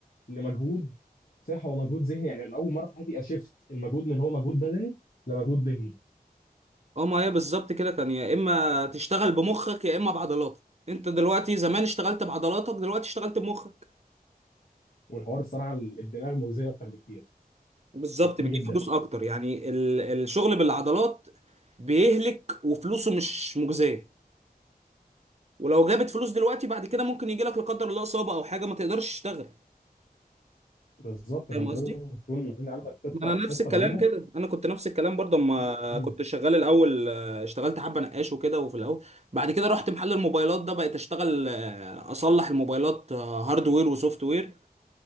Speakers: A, on the left; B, on the right.
A: لمجهود صحه ومجهود ذهني يعني انا اول مره في حياتي اشفت المجهود من هو مجهود بدني لمجهود ذهني
B: اه ما هي بالظبط كده كان يا اما تشتغل بمخك يا اما بعضلاتك انت دلوقتي زمان اشتغلت بعضلاتك دلوقتي اشتغلت بمخك
A: والحوار الصراحه الدماغ مجزيه اكتر بكتير
B: بالظبط
A: بكتير
B: بتجيب
A: جدا
B: فلوس اكتر يعني ال... الشغل بالعضلات بيهلك وفلوسه مش مجزيه ولو جابت فلوس دلوقتي بعد كده ممكن يجي لك لا قدر الله اصابه او حاجه ما تقدرش تشتغل
A: بالظبط
B: فاهم
A: فانت
B: قصدي؟
A: لازم تكون المفروض عندك خطه
B: ما انا نفس
A: خطه
B: الكلام
A: بديله
B: كده انا كنت نفس الكلام برضه اما
A: <clears throat>
B: كنت شغال
A: <laughs>
B: الاول آه، اشتغلت حبه نقاش وكده وفي الاول بعد كده رحت محل الموبايلات ده بقيت اشتغل آه، اصلح الموبايلات آه، هاردوير وسوفت وير